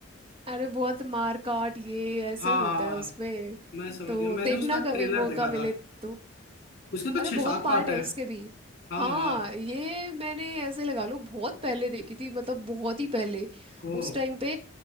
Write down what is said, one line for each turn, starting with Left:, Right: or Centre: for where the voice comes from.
Right: अरे बहुत मार काट ये ऐसे
Left: हाँ
Right: होता
Left: हाँ
Right: है
Left: हाँ,
Right: उसमें
Left: मैं समझ
Right: तो
Left: गया मैंने
Right: देखना
Left: उसका ट्रेलर
Right: कभी मौका
Left: देखा
Right: मिले
Left: था
Right: तो
Left: उसके तो
Right: अरे
Left: छह
Right: बहुत
Left: सात
Right: पार्ट
Left: पार्ट
Right: है
Left: है
Right: उसके भी
Left: हाँ
Right: हाँ
Left: हाँ
Right: ये मैंने ऐसे लगा लो बहुत पहले देखी थी मतलब बहुत ही पहले
Left: ओ
Right: उस टाइम पे